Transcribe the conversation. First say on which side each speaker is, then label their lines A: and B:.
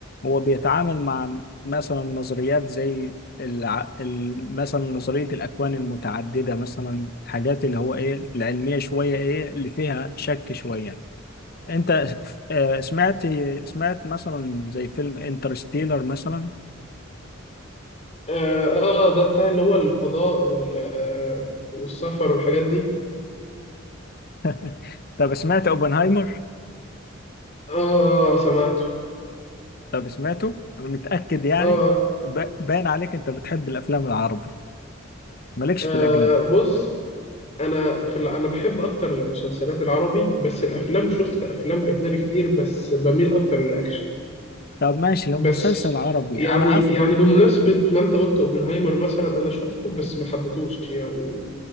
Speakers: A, on the left; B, on the left.
A: هو بيتعامل مع مثلا نظريات زي الع... ال- مثلا نظرية الأكوان المتعددة مثلا حاجات اللي هو إيه العلمية شوية إيه اللي فيها شك شوية أنت آه سمعت سمعت مثلا زي فيلم انترستيلر مثلا
B: آه, آه ده بتاع اللي هو الفضاء وال... والسفر والحاجات دي
A: <laughs> طب سمعت اوبنهايمر
B: آه آه سمعته
A: طب سمعته انا متاكد يعني
B: آه
A: ب- باين عليك انت بتحب الافلام العربي مالكش
B: آه
A: في الاجنبي
B: آه، بص أنا في ال... أنا بحب أكتر المسلسلات العربي بس الأفلام شفت أفلام أجنبي كتير بس بميل أكتر للأكشن
A: طب ماشي لو
B: بس
A: مسلسل عربي
B: يعني
A: انا عارف ان
B: يعني بمناسبة ما انت قلت اوبنهايمر مثلا انا شفته بس ما حبيتهوش يعني